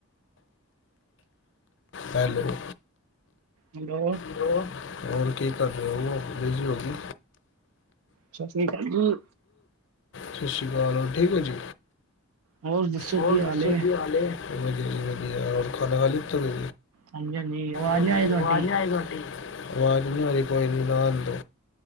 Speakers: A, on the left (about 55°); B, on the right (about 80°).
A: Hello.
B: Hello.
A: Hello ਹੋਰ ਕੀ ਕਰ ਰਹੇ ਹੋ ਬਿਜ਼ੀ ਹੋ ਕੀ?
B: ਸਤਿ ਸ੍ਰੀ ਅਕਾਲ ਜੀ।
A: ਸਸ ਸ੍ਰੀ ਕਾਲ ਹੋਰ ਠੀਕ ਹੋ ਜੀ।
B: ਹੋਰ ਦੱਸੋ
A: ਹੋਰ
B: ਕੀ ਹਾਲ
A: ਦੱਸੋ
B: ਏ?
A: ਕੀ ਹਾਲ ਹੈ ਵਧੀਆ ਜੀ ਵਧੀਆ, ਹੋਰ ਖਾਣਾ ਖਾ ਲਿਤਾ ਤੁਸੀਂ।
B: ਹਾਂਜੀ ਹਾਂਜੀ ਆਵਾਜ਼
A: ਹਾਂਜੀ-ਹਾਂਜੀ
B: ਨੀ ਆਈ ਤੁਹਾਡੀ।
A: ਅਵਾਜ਼ ਨਹੀਂ ਆਈ ਤੁਹਾਡੀ, ਅਵਾਜ਼ ਨਹੀ ਆ ਰਹੀ ਕੋਈ ਨਾ ਆਨ ਦੋ।